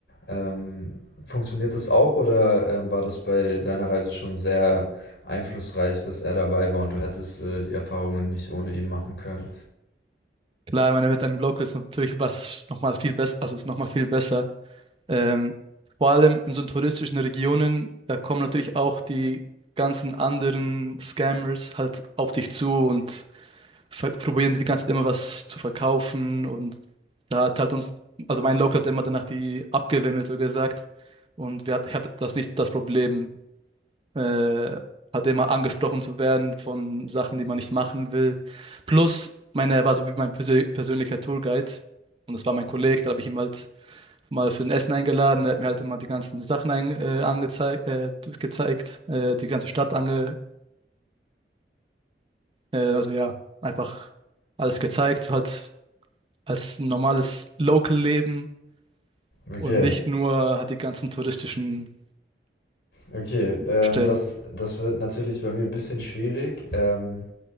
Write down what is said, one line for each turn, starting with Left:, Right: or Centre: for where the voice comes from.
Left: Ähm, funktioniert das auch oder, ähm, war das bei deiner Reise schon sehr einflussreich, dass er dabei war und du hättest, äh, die Erfahrungen nicht ohne ihn machen können?
Right: klar, ich meine, mit einem Local ist natürlich was nochmal viel besser, also ist nochmal viel besser. Ähm, vor allem in so touristischen Regionen, da kommen natürlich auch die ganzen anderen Scammers halt auf dich zu und ver- probieren dir die ganze Zeit immer was zu verkaufen. Und da hat halt uns, also mein Local hat immer danach die abgewimmelt, so gesagt. Und wir hat, ich hatte das nicht das Problem, äh, halt immer angesprochen zu werden von Sachen, die man nicht machen will. Plus, meine, er war so wie mein persö- persönlicher Tourguide. Und das war mein Kollege, da habe ich ihm halt mal für ein Essen eingeladen. Er hat mir halt immer die ganzen Sachen ein, äh, angezeigt, äh, gezeigt, äh, die ganze Stadt ange, äh, also ja, einfach alles gezeigt, so halt als normales Local-Leben
Left: Okay,
Right: und nicht nur hat die ganzen touristischen
Left: okay. Ähm,
Right: Stellen.
Left: das das wird natürlich bei mir ein bisschen schwierig. Ähm,